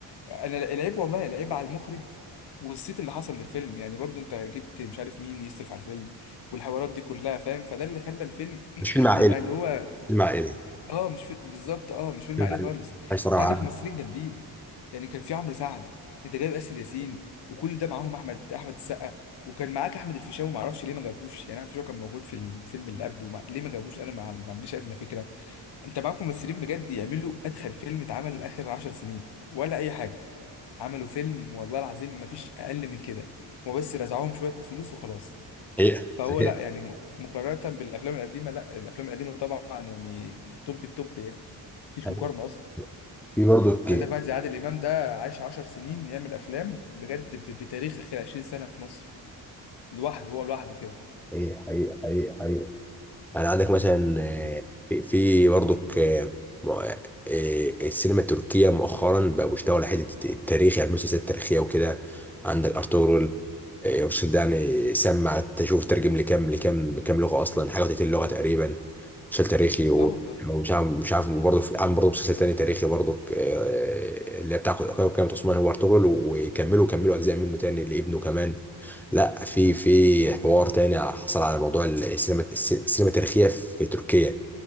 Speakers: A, on the left (about 60°); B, in the centre.
A: انا العيب والله العيب على المخرج والصيت اللي حصل للفيلم يعني برضو انت جبت مش عارف مين يصرف على الفيلم والحوارات دي كلها فاهم فده اللي خلى الفيلم
B: مش
A: <clears throat>
B: فيلم عائلي
A: يبقى اللي هو
B: فيلم عائلي
A: اه مش فيلم بالظبط اه مش فيلم
B: فيلم
A: عائلي
B: عائلي
A: خالص
B: عايش صراحه
A: انت عندك ممثلين جامدين يعني كان في عمرو سعد انت جايب اسر ياسين وكل ده معاهم احمد احمد السقا وكان معاك احمد الفيشاوي ما اعرفش ليه ما جابوش يعني احمد الفيشاوي كان موجود في الفيلم اللي قبله ما... ليه ما جابوش انا ما ما عنديش ادنى فكره انت معاك ممثلين بجد يعملوا اتخن فيلم اتعمل اخر 10 سنين ولا اي حاجه عملوا فيلم والله العظيم ما فيش اقل من كده هما بس رزعوهم شويه فلوس وخلاص
B: حقيقه
A: فهو
B: حقيقه
A: لا يعني م- مقارنه بالافلام القديمه لا الافلام القديمه طبعا يعني توب التوب يعني مفيش
B: حقيقة.
A: مقارنه اصلا
B: في برضه حقيقه
A: عندك واحد زي عادل امام ده عاش 10 سنين يعمل افلام بجد ب- بتاريخ اخر 20 سنه في مصر لوحده هو لوحده كده
B: حقيقه حقيقه حقيقه يعني عندك مثلا آه، في في برضك آه، م- آه، السينما التركية مؤخرا بقوا بيشتغلوا على حتة التاريخ يعني مسلسلات تاريخية وكده عندك أرطغرل آه، المسلسل ده يعني سمع تشوف ترجم لكام لكام كام لغة أصلا حاجة وتلاتين لغة تقريبا مسلسل تاريخي
A: لا
B: و-
A: والله
B: ومش عارف مش عارف برضه في- عامل برضه مسلسل تاني تاريخي برضه آه، اللي هي بتاع قناة عثمان هو أرطغرل وكملوا كملوا أجزاء منه تاني لابنه كمان لا في في حوار تاني حصل على موضوع السينما الس- السينما التاريخية في تركيا